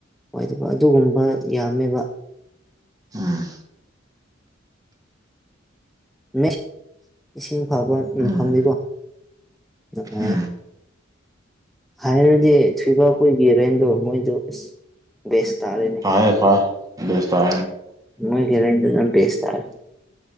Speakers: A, in the centre; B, on the right.
A: ꯑꯣꯏꯗꯕ ꯑꯗꯨꯒꯨꯝꯕ ꯌꯥꯝꯃꯦꯕ
B: ꯎꯝ
A: ꯃꯤ ꯏꯁꯤꯡ ꯐꯕ
B: ꯎꯝ
A: ꯌꯐꯝꯗꯤꯀꯣ ꯅꯨꯡꯉꯥꯏ
B: ꯎꯝ
A: ꯍꯥꯏꯔꯗꯤ ꯊꯣꯏꯕ ꯀꯣꯏꯒꯤ ꯔꯦꯟꯗꯣ ꯃꯣꯏꯗ ꯑ ꯕꯦꯁ ꯇꯥꯔꯤꯅꯦ
B: ꯐ ꯐꯥ ꯕꯦꯁꯇꯥ
A: ꯃꯣꯏ ꯈꯦꯔꯖꯝ ꯄꯦꯁ ꯇꯔ